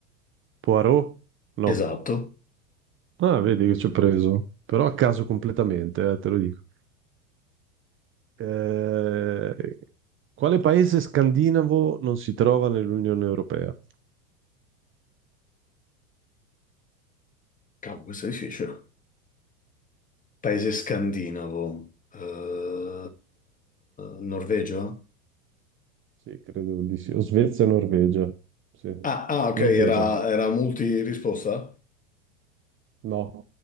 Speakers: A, on the right; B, on the left.
A: Poirot? No.
B: Esatto.
A: Ah, vedi che ci ho preso. Però a caso completamente, eh, te lo dico. Eh, quale paese scandinavo non si trova nell'Unione Europea?
B: Cavolo, questo è difficile. Paese scandinavo.
A: Questo è difficile.
B: Eh, Norvegia?
A: Sì, sì, credo di sì. O Svezia o Norvegia. Sì.
B: Ah, ah, ok,
A: Norvegia.
B: era, era multi risposta?
A: No,